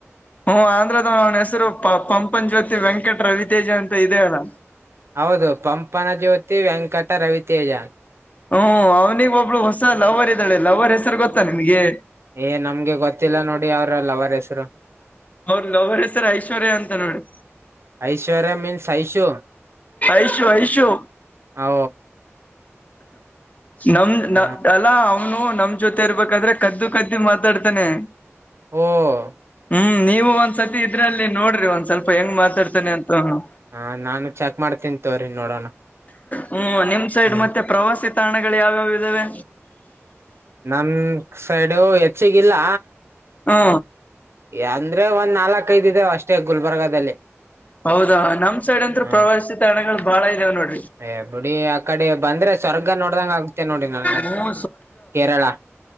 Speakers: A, on the left; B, on the right.
A: ಹ್ಮ ಆಂಧ್ರದ ಅವನ ಹೆಸರು ಪ ಪಂಪನ್ ಜ್ಯೋತಿ ವೆಂಕಟ ರವಿತೇಜ ಅಂತ ಇದೇ ಅಲ್ಲ.
B: ಹೌದು ಪಂಪನ ಜ್ಯೋತಿ ವೆಂಕಟ ರವಿತೇಜ
A: ಹ್ಮ ಅವ್ನಿಗೆ ಒಬ್ಳು ಹೊಸ ಲವರ್ ಇದ್ದಾಳೆ ಲವರ್ ಹೆಸರು ಗೊತ್ತಾ ನಿಮ್ಗೆ.
B: ಏ ನಮ್ಗೆ ಗೊತ್ತಿಲ್ಲ ನೋಡಿ ಅವರ ಲವರ್ ಹೆಸರು
A: ಅವ್ರ ಲವರ್ ಹೆಸರ್ ಐಶ್ವರ್ಯಾ ಅಂತ ನೋಡಿ
B: ಐಶ್ವರ್ಯ ಮೀನ್ಸ್ ಐಶು
A: ಐಶು ಐಶು
B: ಓ
A: ನಮ್ದ್
B: ಹ
A: ನಮ್ ಅಲ್ಲ ಇವನು ನಮ್ ಜೊತೆ ಇರ್ಬೇಕಾದ್ರೆ ಕದ್ದು ಕದ್ದಿ ಮಾತಾಡ್ತಾನೆ
B: ಹ್ಮ್
A: ಹ್ಮ್ ನೀವು ಒಂದ್ಸರ್ತಿ ಇದ್ರಲ್ಲಿ ನೋಡ್ರಿ ಒಂದ ಸ್ವಲ್ಪ ಹೆಂಗ್ ಮಾತಾಡ್ತನೆ ಅಂತ ಅವ್ನು
B: ಹ ನಾನು ಚೆಕ್ ಮಾಡ್ತನ್ ತೋರಿ ನೋಡೋಣ
A: ಹ್ಮ ನಿಮ್ ಸೈಡ್
B: ಹ್ಮ್
A: ಮತ್ತೆ ಪ್ರವಾಸಿ ತಾಣಗಳು ಯಾವ್ಯಾವ ಇದ್ದಾವೆ.
B: ನಮ ಸೈಡು ಹೆಚ್ಚಗಿಲ್ಲ.
A: ಹಾ
B: ಯಂದ್ರೆ ಒಂದ್ ನಾಲ್ಕ್ ಐದ ಇದಾವ ಅಷ್ಟೇ ಗುಲ್ಬರ್ಗದಲ್ಲಿ
A: ಹೌದಾ ನಮ್ ಸೈಡ್ ಅಂತರು
B: ಹ್ಮ್
A: ಪ್ರವಾಸಿ ತಾಣಗಳು ಬಾಳ ಇದಾವ ನೋಡಿ
B: ಏ ಬಿಡಿ ಆ ಕಡೆ ಬಂದ್ರೆ ಸ್ವರ್ಗ ನೋಡ್ದಂಗ ಆಗ್ತೆೇ ನೋಡಿ ನನ್ಂಗಂತರು
A: ಹ್ಮ
B: ಕೇರಳ